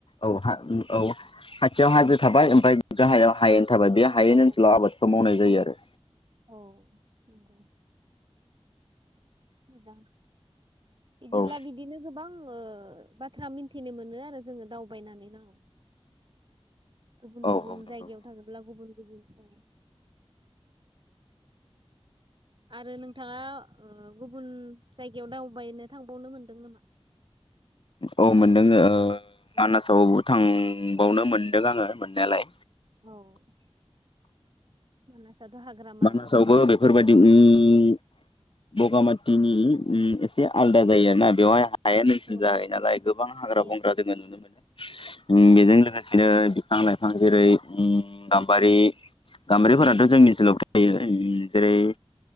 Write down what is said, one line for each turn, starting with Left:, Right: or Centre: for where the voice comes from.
Left: औ हा उम औ। जों हाजो थाबाय ओमफ्राय गाहायाव हायेन। थाबाय बे हाय
Right: औ
Left: ओनसोलाव
Right: औ
Left: आबादखौ मावनाय। दै आरो
Right: औ नंगौ मोजां बिदिब्ला
Left: औ
Right: बिदिनो गोबां ओ बाथ्रा मिनथिनो मोनो आरो जोङो दावबायनानै ना गुबुन
Left: औ
Right: गुबुन
Left: नंगौ
Right: जायगायाव थाङोब्ला गुबुन। गुबुन औ आरो नोंथाङा गुबुन जायगायाव दावबायनो थांबावनो मोनदों नामा
Left: औ मोनदों ओ
Right: औ
Left: मानासावबो थां बावनो मोनदों आङो मोननायालाय
Right: औ <unintelligible> हाग्रामा
Left: मानासावबो
Right: न'?
Left: बेफोरबायदि ओम उम बगामाथिनि उम एसे आलादा जायो आरोना बेवहाय हायेन ओसोल
Right: औ
Left: जाहैयो
Right: औ
Left: नालाय गोबां हाग्रा
Right: हायेन
Left: बंग्रा जोङो नुनो मोनो बेजों
Right: औ
Left: लोगोसेनो बिफां लाइफां जेरै उम गामबारि गामबारिफोराथ जोंनि
Right: औ
Left: ओनसोलावबो जेरै